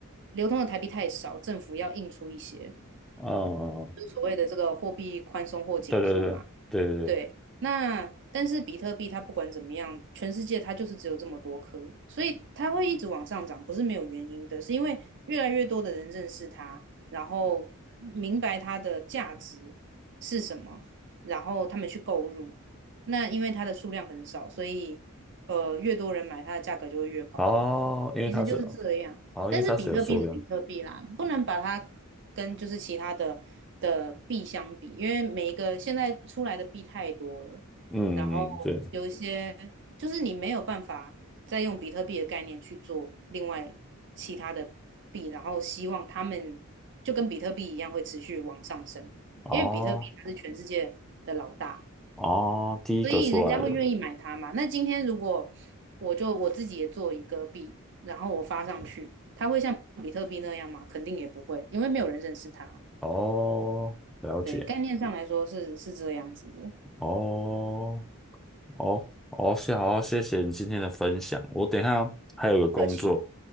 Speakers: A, on the right; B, in the centre.
A: 流通的台币太少，政府要印出一些。
B: 呃
A: 所谓的这个货币宽松或紧缩嘛。
B: 对对对对对对
A: 对，那但是比特币它不管怎么样，全世界它就是只有这么多颗，所以它会一直往上涨，不是没有原因的，是因为越来越多的人认识它，然后明白它的价值是什么，然后他们去购入。那因为它的数量很少，所以呃，越多人买，它的价格就会越高嘛。
B: 哦，因为它是
A: 其实就是这样。
B: 哦，
A: 但是比特币是比特币啦，
B: 因为它是有数量，
A: 不能把它跟就是其他的的币相比，因为每一个现在出来的币太多了，
B: 嗯嗯嗯对
A: 然后有一些就是你没有办法再用比特币的概念去做另外其他的币，然后希望他们就跟比特币一样会持续往上升，
B: 哦
A: 因为比特币它是全世界的老大。
B: 哦，第一个出来的。
A: 所以人家会愿意买它嘛。那今天如果我就我自己也做一个币，然后我发上去，它会像比特币那样吗？肯定也不会，因为没有人认识它。
B: 哦，了解，
A: 对，概念上来说是是这样子的。
B: 哦，哦，哦，谢，好，谢谢你今天的分享。我等一下还有个工作，
A: 不客气，